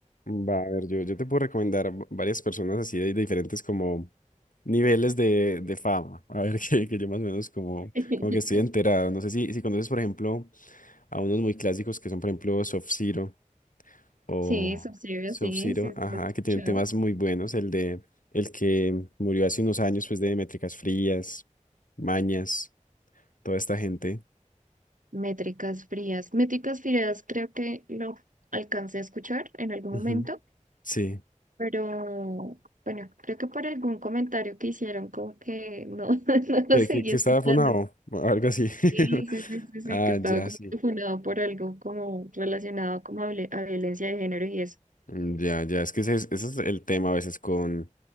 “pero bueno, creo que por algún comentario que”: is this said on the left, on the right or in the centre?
Right